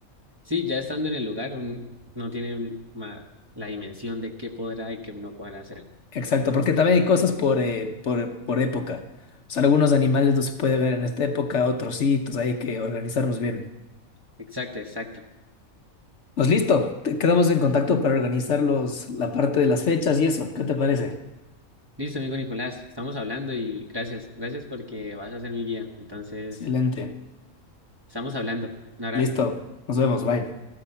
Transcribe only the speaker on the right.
Sí, ya estando en el lugar, un, no tiene un- ma- la dimensión de qué podrá y qué no podrá hacer,
porque no.
Exacto, exacto.
Listo, amigo Nicolás, estamos hablando y gracias, gracias porque vas a ser mi guía. Entonces,
estamos hablando. Un abrazo.